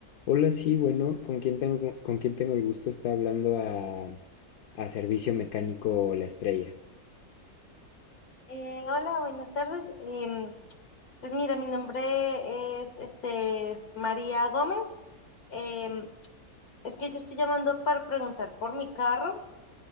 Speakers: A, on the left; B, on the left.
A: Hola, sí, bueno, ¿con quién tengo, con quién tengo el gusto? Está hablando a, a Servicio Mecánico La Estrella.
B: Eh, hola, buenas tardes. Em, pues mira, mi nombre es este María Gómez. Em, es que yo estoy llamando para preguntar por mi carro.